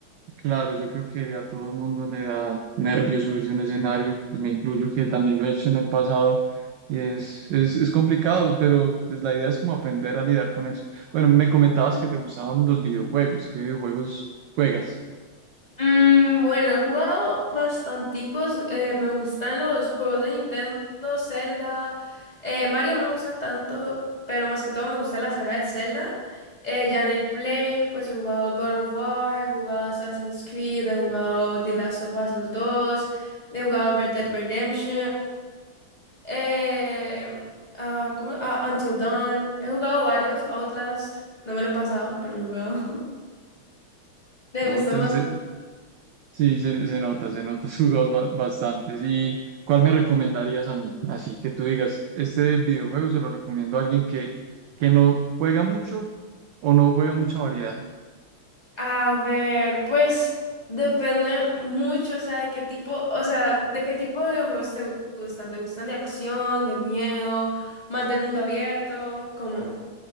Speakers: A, on the right (about 70°); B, on the left (about 20°).
A: Claro, yo creo que a todo el mundo le da nervios subirse a un escenario, y me incluyo que también lo he hecho en el pasado, y es, es, es complicado, pero pues la idea es como aprender a lidiar con eso. Bueno, me comentabas que te gustaban los videojuegos, ¿qué videojuegos juegas?
B: Mm, bueno, he jugado bastanticos. eh, me gustan los juegos de Nintendo, Zelda. eh, Mario no me gusta tanto, pero más que todo me gusta la saga de Zelda. Eh, ya en el Play, pues he jugado God of War, he jugado Assassin's Creed, he jugado The Last of Us los dos, he jugado Red Dead Redemption, eh, ah, ¿cómo? Ah, Until Dawn. He jugado varios, Outlast, no me lo he pasado, pero lo he jugado. <laughs> Me
A: ¿No?
B: gusta
A: Entonces, eh, sí, se, se nota, se nota, <laughs> jugas ba- bastantes. ¿Y cuál me recomendarías a mí? Así que tú digas, este videojuego se lo recomiendo a alguien que, que no juega mucho o no juega mucha variedad.
B: A ver, pues depende mucho, o sea, de qué tipo, o sea, de qué tipo de videojuegos te gu- gustan. ¿Te gustan de acción, de miedo, más de mundo abierto? como,